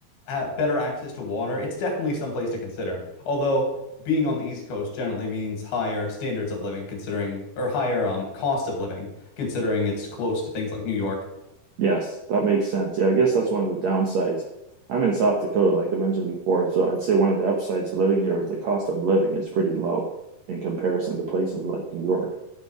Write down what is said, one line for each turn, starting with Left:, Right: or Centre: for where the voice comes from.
Left: uh, better access to water, it's definitely someplace to consider. Although being on the East Coast generally means higher standards of living considering or higher um cost of living considering it's close to things like New York.
Right: Yes, that makes sense. Yeah, I guess that's one of the downsides. I'm in South Dakota, like I mentioned before, so I'd say one of the upsides to living here is the cost of living is pretty low in comparison to places like New York